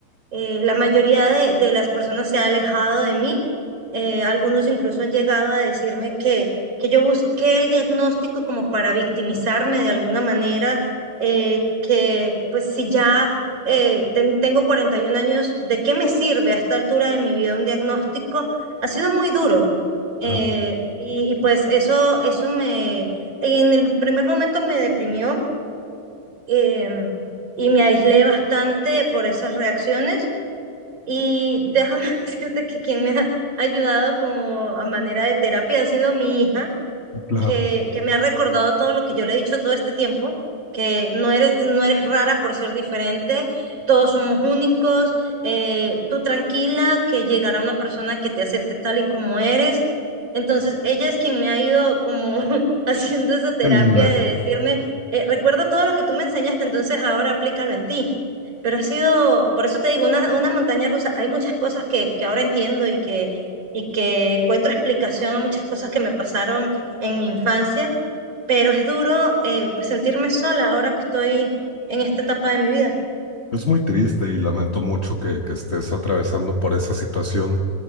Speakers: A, on the right; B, on the left.
A: eh, la mayoría de, de las personas se ha alejado de mí. eh, algunos incluso han llegado a decirme que, que yo busqué el diagnóstico como para victimizarme de alguna manera, eh, que pues si ya eh, ten- tengo 41 años, ¿de qué me sirve a esta altura de mi vida un diagnóstico? Ha sido muy duro. eh,
B: Claro,
A: y, y pues eso, eso me, en el primer momento me deprimió em, y me aislé bastante por esas reacciones. Y déjame <laughs> decirte que quien me ha ayudado como a manera de terapia ha sido mi hija
B: claro.
A: que, que me ha recordado todo lo que yo le he dicho todo este tiempo, que no eres, no eres rara por ser diferente, todos somos únicos, eh, tú tranquila, que llegará una persona que te acepte tal y como eres. Entonces, ella es quien me ha ido como <laughs> haciendo esa terapia
B: Qué linda.
A: de decirme, eh, recuerda todo lo que tú me enseñaste, entonces ahora aplícalo en ti. Pero ha sido, por eso te digo, una, una montaña rusa. Hay muchas cosas que, que ahora entiendo y que, y que encuentro explicación a muchas cosas que me pasaron en mi infancia, pero es duro eh, pues sentirme sola ahora que estoy en esta etapa de mi vida.
B: Es muy triste y lamento mucho que, que estés atravesando por esa situación,